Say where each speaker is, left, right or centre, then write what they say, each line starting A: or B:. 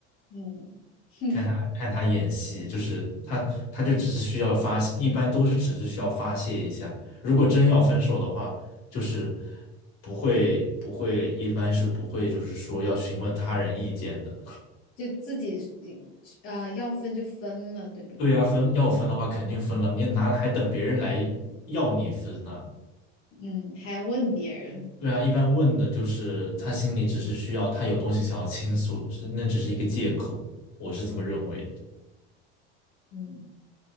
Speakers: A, on the left; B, on the left.
A: 嗯，<laughs>
B: 看他看他演戏，
A: 哼，
B: 就是他他就只是需要发泄，一般都是只是需要发泄一下。如果真要分手的话，就是不会不会，一般是不会，就是说要询问他人意见的。
A: 就自己啊、呃要分就分了，对吧？
B: 对啊，分要分的话肯定分了，你哪还等别人来要你分呢？
A: 嗯，还要问别人。
B: 对啊，一般问的就是他心里只是需要他有东西想要倾诉，是那只是一个借口，我是这么认为的。
A: 嗯，